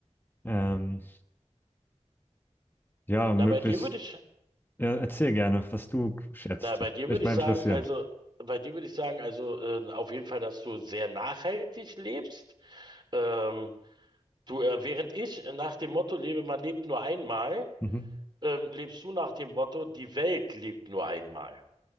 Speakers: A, on the left (about 15°); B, on the right (about 40°).
A: Ähm, ja, möglichst,
B: Na, bei dir würde ich,
A: ja, erzähl gerne, was du schätzt.
B: na, bei
A: Das
B: dir
A: würde mich
B: würde
A: mal
B: ich sagen,
A: interessieren.
B: also, bei dir würde ich sagen, also, äh, auf jeden Fall, dass du sehr nachhaltig lebst. Ähm, du, äh, während ich nach dem Motto lebe, man lebt nur einmal,
A: Mhm.
B: ähm, lebst du nach dem Motto, die Welt lebt nur einmal.